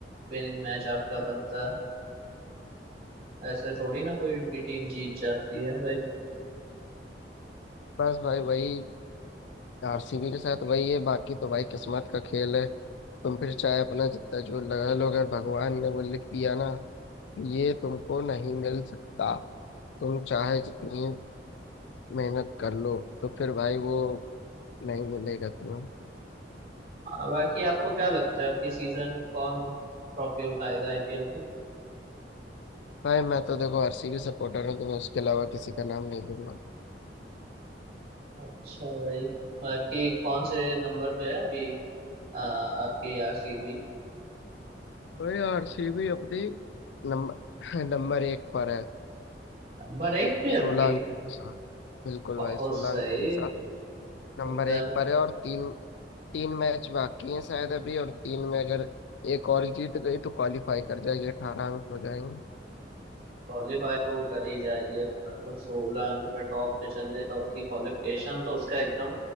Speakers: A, on the right; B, on the left.
A: विनिंग मैच आपका बनता है ऐसे थोड़ी ना कोई भी टीम जीत जाती है भाई
B: बस भाई वही आरसीबी के साथ वही है बाकी तो भाई किस्मत का खेल है तुम फिर चाहे अपना जितना जो लगा लो अगर भगवान ने वो लिख दिया ना ये तुमको नहीं मिल सकता तुम चाहे जितनी मेहनत कर लो तो फिर भाई वो नहीं मिलेगा तुम्हें
A: हाँ, बाकी आपको क्या लगता है आपकी सीजन कौन ट्रॉफी उठाएगा आईपीएल की?
B: भाई मैं तो देखो आरसीबी सपोर्टर हूँ तो मैं उसके अलावा किसी का नाम नहीं लूंगा
A: अच्छा भाई बाकी कौन से नंबर पे है अभी आ, आपके आरसीबी
B: भाई आरसीबी अपनी नंबर <clears throat> <laughs> नंबर एक पर है
A: नंबर एक पे
B: सोलह
A: आपके
B: अंकों के साथ बिल्कुल
A: बहुत
B: भाई सोलह
A: सही
B: अंकों के साथ नंबर
A: मतलब
B: एक पर है और तीन तीन मैच बाकी हैं शायद अभी और तीन में अगर एक और जीत गई तो क्वालिफाई कर जाएगी अठारह अंक हो जाएंगे
A: क्वालिफाई तो वो कर ही जाएगी अब मतलब सोलह अंक पे टॉप पे चल रही तो आपकी क्वालिफिकेशन तो उसका एकदम